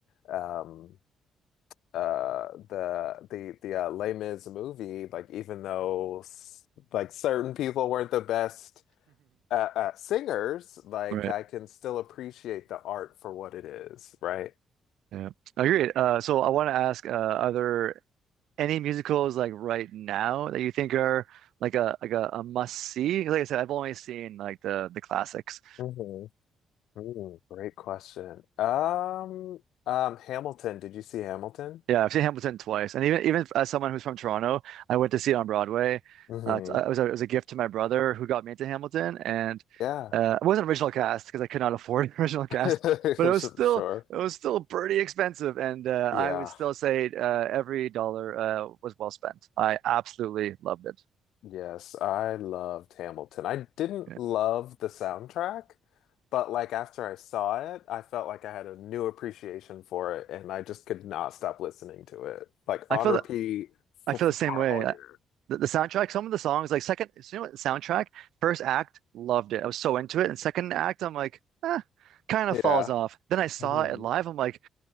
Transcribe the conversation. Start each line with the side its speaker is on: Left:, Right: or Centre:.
Left: um uh the the the uh, Les Mis movie like even though s- like certain people weren't the best uh, uh singers like
Right: Right.
Left: I can still appreciate the art for what it is right
Right: Yeah. Agreed. Uh so I want to ask uh other any musicals like right now that you think are like a like a, a must see? Like I said, I've only seen like the the classics.
Left: Mhm. Mm, great question um um Hamilton did you see Hamilton
Right: Yeah, I've seen Hamilton twice, and even even as someone who's from Toronto, I went to see it on Broadway.
Left: hmm
Right: Uh, t- it was a, it was a gift to my brother who got me into Hamilton, and
Left: yeah
Right: uh, it wasn't original cast because I could not afford <laughs> original cast,
Left: <laughs>
Right: but it was
Left: sure
Right: still
Left: sure.
Right: it was still pretty expensive, and uh,
Left: yeah
Right: I would still say uh, every dollar uh, was well spent. I absolutely loved it.
Left: Yes, I loved Hamilton. I didn't
Right: Yeah.
Left: love the soundtrack, but like after I saw it, I felt like I had a new appreciation for it and I just could not stop listening to it. Like
Right: I
Left: on
Right: feel
Left: repeat
Right: I
Left: f-
Right: feel
Left: f-
Right: the same
Left: for
Right: way.
Left: a whole
Right: I-
Left: year.
Right: The, the soundtrack, some of the songs, like second, so you know what, soundtrack, first act, loved it. I was so into it. And second act, I'm like, eh, kind of
Left: Yeah.
Right: falls off. Then I saw
Left: Mhm.
Right: it live. I'm like,